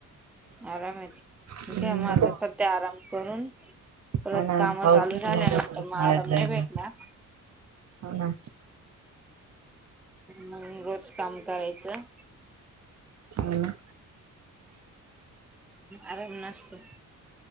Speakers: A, in the centre; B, on the right.
A: आराम येत
B: हम्म
A: घ्या मग आता सध्या आराम करून परत
B: हा ना
A: काम
B: पाऊस
A: चालू
B: सुरू
A: झाल्यानंतर
B: झाला परत
A: म
B: मळ्यात
A: आराम
B: जायला.
A: नाही भेटणार.
B: हो ना
A: म रोज काम करायचं
B: ह
A: आराम नसतो.